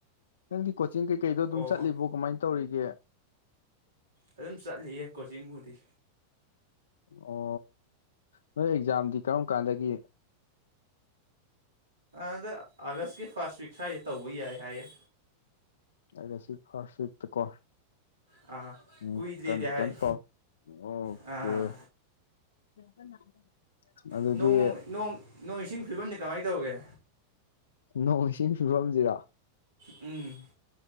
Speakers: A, on the left; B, on the right.
A: ꯅꯪꯗꯤ ꯀꯣꯆꯤꯡ ꯀꯩꯀꯩꯗꯣ ꯑꯗꯨꯝ
B: ꯑꯣ
A: ꯆꯠꯂꯤꯕꯣ ꯀꯃꯥꯏꯅ ꯇꯧꯔꯤꯒꯦ꯫
B: ꯑꯗꯨꯝ ꯆꯠꯂꯤꯌꯦ ꯀꯣꯆꯤꯡꯕꯨꯗꯤ꯫
A: ꯑꯣ ꯅꯣꯏ ꯑꯦꯛꯖꯥꯝꯗꯤ ꯀꯔꯝ ꯀꯥꯟꯗꯒꯤ꯫ <inaudible>
B: ꯑꯗ ꯑꯥꯒꯁꯀꯤ ꯐꯥꯔꯁ ꯋꯤꯛ ꯁ꯭ꯋꯥꯏꯁꯦ ꯇꯧꯕ ꯌꯥꯏ ꯍꯥꯏꯌꯦ꯫
A: ꯑꯒꯁꯀꯤ ꯐꯔꯁ ꯋꯤꯛꯇꯀꯣ꯫
B: ꯑꯥ
A: ꯎꯝ
B: ꯀꯨꯏꯗ꯭ꯔꯦꯗꯤ
A: ꯀꯟ-ꯀꯟ
B: ꯍꯥꯏ
A: ꯄꯥꯎ ꯑꯣꯀꯦ꯫
B: ꯑꯥ
A: <unintelligible> ꯑꯗꯨꯗꯤ
B: ꯅꯣꯡ ꯅꯣꯡ ꯅꯣꯡ ꯏꯁꯤꯡ ꯐꯤꯕꯝꯅꯤ ꯀꯃꯥꯏ ꯇꯧꯏꯒꯦ꯫
A: ꯅꯣꯡ ꯏꯁꯤꯡ ꯐꯤꯕꯝꯁꯤꯔꫭ꯫
B: ꯎꯝ꯫